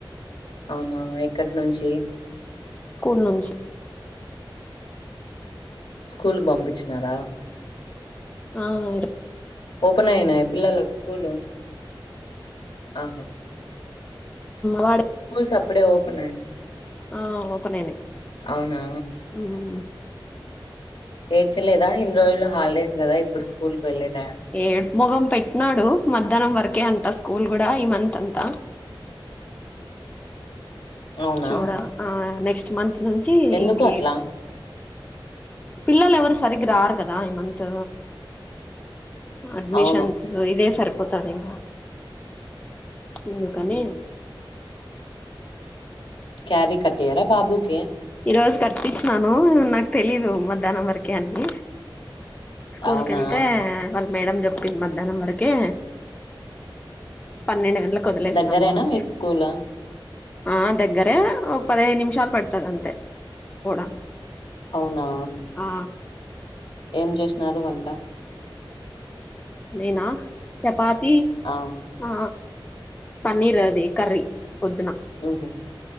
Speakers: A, on the left (about 75°); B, on the left (about 15°).
A: అవున ఎక్కడి నుంచి
B: స్కూల్ నుంచి
A: స్కూల్ కు పంపించినార
B: ఆ అంతే
A: ఓపెన్ అయినాయ పిల్లలకు స్కూలు ఆహా
B: వాడు
A: స్కూల్స్ అప్పుడే ఓపెన్ అయినయి
B: ఆ ఓపెన్ అయినయి
A: అవునా
B: ఊహు
A: ఏడ్చలేద ఇన్ని రోజులు హాలిడేస్ గద ఇప్పుడు స్కూల్కి వెళ్ళెట
B: ఏడ్పు మొగం పెట్టినాడు మధ్యాహ్నం వరకే అ స్కూల్ గూడ ఈమంత్ అంత
A: అవునా
B: చూడ ఆ నెక్స్ట్ మంత్ నుంచి
A: ఎందుకు
B: ఇంక
A: అట్లా
B: పిల్లలు ఎవరు సరిగ్గ రారు గదా ఈ మంత్ అడ్మిషన్స్
A: అవును
B: ఇదే సరిపోతదింగ ఉమ్ కనీ
A: క్యారి కట్టీయర బాబూకి
B: ఈ రోజు కట్టించినాను నాకు తెలీదు మధ్యాహ్నం వరకే అని స్కూల్
A: అవునా
B: కెళ్తే వాళ్ మేడం చెప్పింది మధ్యాహ్నం వరకే పన్నెండు గంట లకు వదిలేస్తము
A: దగ్గరేనా
B: అంటె
A: మీకు స్కూల్
B: ఆ దగ్గరే ఒక పదహేను నిమిషాలు పడతది అంతే పోవడానికి
A: అవునా
B: ఆ
A: ఏం జేసినారు వంట
B: నేనా చపాతీ
A: ఆ
B: ఆ పన్నీర్ అది కర్రీ పొద్దున
A: ఉహు